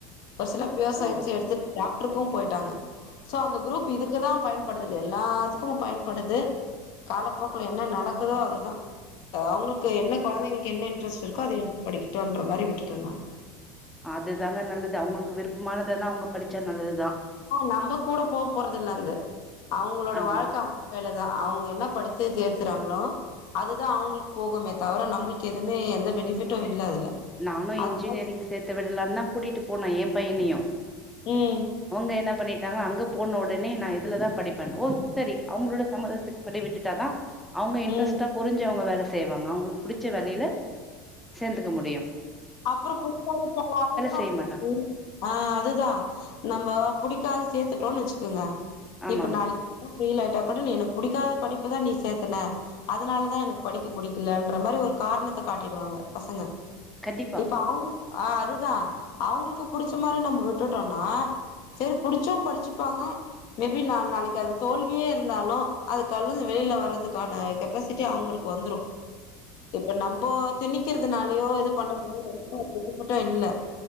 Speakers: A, on the left; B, in the centre.
A: ஒரு சில பியூர் சய்ன்ஸ்
B: ஓ.
A: எடுத்துட் டாக்டருக்கும் போய்ட்டாங்க சோ அந்த குரூப் இதுக்கு தான் பயன்படுதுல்ல எல்லாத்துக்கும் பயன்படுது காலப்போக்கல என்ன நடக்குதோ அதுதான் அவுங்களுக்கு என்ன கொழந்தங்களுக்கு என்ன இன்ட்ரெஸ்ட் இருக்கோ அது எ படிக்கட்டுன்ற மாரி விட்டுட்ட நான்
B: அதுதாங்க நல்லது அவுங்களுக்கு விருப்பமானதானான் அவுங்க படிச்சா நல்லதுதான்
A: நம்ப கூட போக போறது இல்ல அந்து அவுங்களோட
B: ஆமா
A: வாழ்க்க வேலதான் அவுங்க என்ன படிச்சு சேச்சுறாங்களோ அதுதான் அவுங்களுக்கு போகுமே தவிர நம்பளுக்கு எதுவுமே எந்த பெனிஃபிட்டும் இல்ல அதுல
B: நானும்
A: அது
B: இன்ஜினியரிங் சேத்து விடலானு தான் கூட்டிட்டு போனேன் என் பையனயும்
A: ம்
B: அவுங்க என்ன பண்ணிட்டாங்க அங்க போன உடனே நான் இதுலதான் படிப்பேன் ஓ சரி அவுங்களோட சம்மதத்துக்கு பண்ணி விட்டுட்டாதான் அவுங்க இன்ட்ரெஸ்ட்டா
A: ம்
B: புரிஞ்சு அவுங்க வேல செய்வாங்க அவுங்களுக்கு புடிச்ச வேலயில சேந்துக்க முடியும்
A: அப்பறோ புடிக்காதும்பல அதுதான்
B: செய்ய
A: இருந்துருக்கு
B: மாட்டாங்க
A: ஆண அதுதான் நம்போ புடிக்காது சேத்துட்டோம்ன்னு வச்சுக்கோங்க
B: ஆமாங்க
A: இப்ப நாளை புட் பெயிலாயிட்டா கூட நீ எனக்கு புடிக்காத படிப்பதான் நீ சேத்தன அதனாலதான் எனக்கு படிக்க புடிக்கலன்ற மாரி ஒரு காரணத்தை காட்டிடுவாங்க பசங்க
B: கண்டிப்பா
A: இப்ப அவ்ங்கு ஆ அதுதா அவ்ங்களுக்கு புடிச்ச மாரி நம்போ விட்டுட்டோன்னா செரி புடிச்சும் படிச்சுப்பாங்க மே பி நா நாளைக்கி அது தோல்வியே இருந்தாலு அதுக்கல்லுது வெயில்ல வர்றதுக்கான கெப்பாசிட்டி அவ்ங்களுக்கு வந்துரு இப்ப நம்போ திணிக்கிறதுனாலயோ இது பண்ற <unintelligible> புட்ட இல்ல